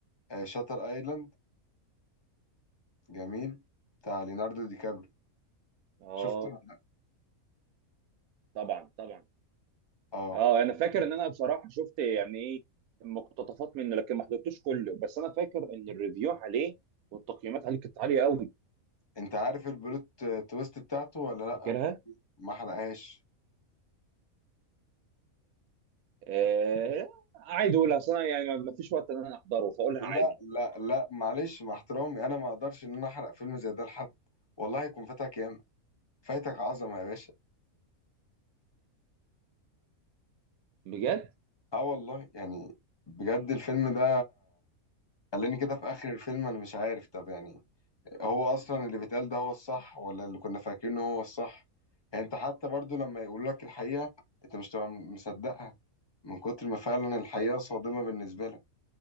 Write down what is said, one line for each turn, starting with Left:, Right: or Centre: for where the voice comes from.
Left: آه شاتر ايلاند جميل بتاع ليوناردو دي كابريو
Right: اه
Left: شفته ولا لأ؟
Right: طبعا طبعا
Left: اه
Right: اه انا فاكر ان انا بصراحه شفت يعني ايه مقتطفات منه لكن ما حضرتوش كله بس انا فاكر ان الريفيو عليه والتقييمات عليه كانت عاليه قوي
Left: انت عارف البلوت تويست بتاعته ولا لا
Right: فاكرها
Left: ما حرقهاش
Right: آه عادي اقولها اصلا يعني ما ما فيش وقت ان انا احضره فاقولها
Left: لا
Right: عادي
Left: لا لا معلش مع احترامي انا ما اقدرش ان انا احرق فيلم زي ده لحد والله هيكون فاتك ياما فايتك عظمه يا باشا
Right: بجد
Left: اه والله يعني بجد الفيلم ده خلاني كده في اخر الفيلم انا مش عارف طب يعني هو اصلا اللي بيتقال ده هو الصح ولا اللي كنا فاكرينه هو الصح يعني انت حتى برضو لما يقولوا لك الحقيقة انت مش تبقى مصدقها من كتر ما فعلا الحقيقة صادمة بالنسبة لك